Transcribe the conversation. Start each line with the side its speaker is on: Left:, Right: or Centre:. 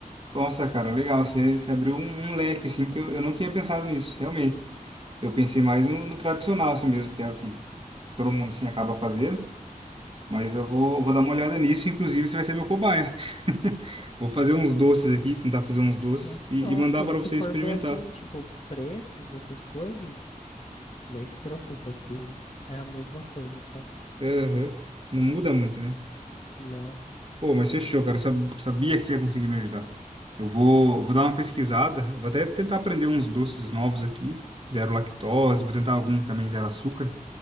Right: Nossa, cara, legal. Você, você abriu um, um leque, assim, que eu, eu não tinha pensado nisso, realmente. Eu pensei mais no, no tradicional, assim mesmo, que é o que todo mundo, assim, acaba fazendo. Mas eu vou, vou dar uma olhada nisso. Inclusive, você vai ser meu cobaia. <laughs> Vou fazer uns doces aqui, tentar fazer uns doces
Left: Não,
Right: e,
Left: topo.
Right: e mandar
Left: E
Right: para
Left: se
Right: você
Left: for
Right: experimentar.
Left: ver, assim, tipo, preços dessas coisas, nem se preocupa que é a mesma coisa, sabe?
Right: Aham. Não muda muito, né?
Left: Não,
Right: Pô, mas fechou, cara. Eu Sab- Sabia que você ia conseguir me ajudar. Eu vou, vou dar uma pesquisada. Vou até tentar aprender uns doces novos aqui. Zero lactose. Vou tentar algum também zero açúcar.